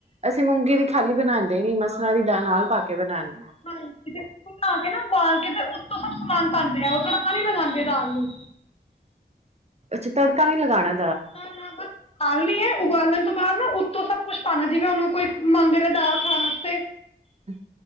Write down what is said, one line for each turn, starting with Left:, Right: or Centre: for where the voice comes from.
Right: ਅਸੀਂ ਮੂੰਗੀ ਦੀ ਖਾਲੀ ਬਣਾਦੇ ਈ ਨੀ ਮਸਰਾਂ ਦੀ ਦਾ ਨਾਲ ਪਾ ਕੇ ਬਣਾਨ
Left: ਹਾਂਜੀ ਤੇ, ਉਹ ਬਣਾ ਕੇ ਨਾ, ਉਬਾਲ ਕੇ ਤੇ ਉਤੋਂ ਸਭ ਸਮਾਨ ਪਾਂਦੇ ਆ ਉਹ, ਤੜਕਾ ਨੀ ਲਗਾਂਦੇ ਦਾਲ ਨੂੰ।
Right: ਅੱਛਾ ਤੜਕਾ ਨੀ ਲਗਾਣਾ
Left: ਨਾ ਨਾ ਬਸ ਖਾਲੀ ਐ ਉਬਾਲਣ ਤੋਂ ਬਾਅਦ ਨਾ ਉੱਤੋਂ ਸਭ ਕੁਛ ਪਾਣਾ, ਜਿਵੇਂ ਹੁਣ ਓ ਕੋਈ ਮੰਗ ਰਿਹਾ ਦਾਲ ਖਾਣ ਆਸਤੇ
Right: ਹਮ।